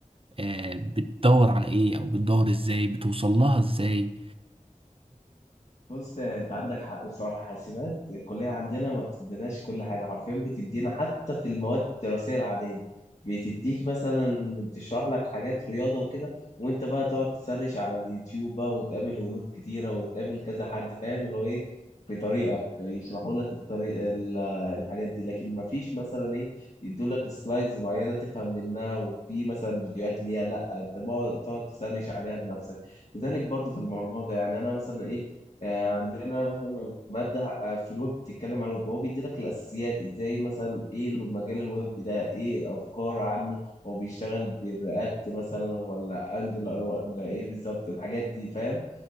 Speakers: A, on the right; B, on the left.
A: آه، بتدور على ايه او بتدور ازاي بتوصل لها ازاي
B: بص يعني انت عندك حق بصراحه حاسبات الكليه عندنا ما بتديناش كل حاجه حرفيا بتدينا حتى في المواد الدراسيه العاديه بتديك مثلا بتشرح لك حاجات رياضه وكده وانت بقى تقعد تسرش على اليوتيوب بقى وتقابل هنود كتيره وتقابل كذا حد فاهم اللي هو ايه في طريقك يشرحوا لك الطريق ال- الحاجات دي لكن ما فيش مثلا ايه يدوا لك سلايدز معينه تفهم منها وفي مثلا فيديوهات ليها لا انت بقى تقعد تسرش عليها بنفسك كذلك برضو في البرمجه يعني انا مثلا ايه آه، عندنا مثلا مادة آه، في الويب بتتكلم عن الويب هو بيدي لك الأساسيات إزاي مثلا إيه اللي مجال الويب ده إيه أفكار عنه هو بيشتغل بالرياكت مثلا ولا أنجلر ولا إيه بالظبط الحاجات دي فاهم